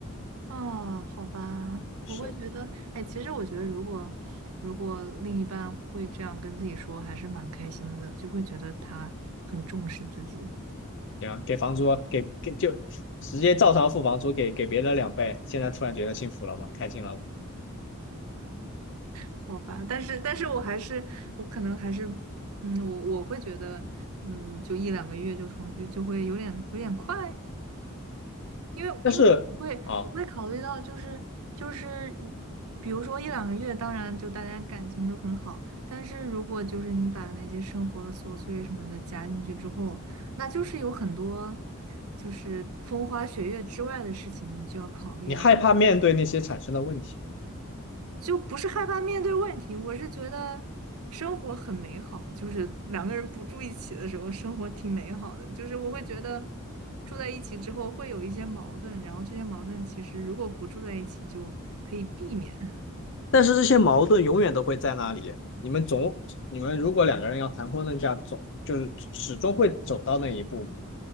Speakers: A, on the right; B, on the left.
A: 啊，好吧，
B: 是，
A: 我会觉得，哎，其实我觉得，如果如果另一半会这样跟自己说，还是蛮开心的，就会觉得他很重视自己，
B: 行，给房租，给给就直接照常付房租，给给别人两倍，现在突然觉得幸福了吗？开心了吗？
A: 好吧？但是，但是我还是，我可能还是，嗯，我我会觉得，嗯，就一两个月就重聚，就会有点有点快，因为因为我会我会考虑到就是就是如比如说一两个月，
B: 但是啊，
A: 当然就大家感情都很好，但是如果就是你把那些生活的琐碎什么的加进去之后，那就是有很多就是风花雪月之外的事情，你就要考虑啊。
B: 你害怕面对那些产生的问题。
A: 就不是害怕面对问题，我是觉得生活很美好，就是两个人不住一起的时候，生活挺美好的。就是我会觉得住在一起之后会有一些矛盾，然后这些矛盾其实如果不住在一起就可以避免。
B: 但是这些矛盾永远都会在那里。你们总，你们如果两个人要谈婚论嫁，总就是始终会走到那一步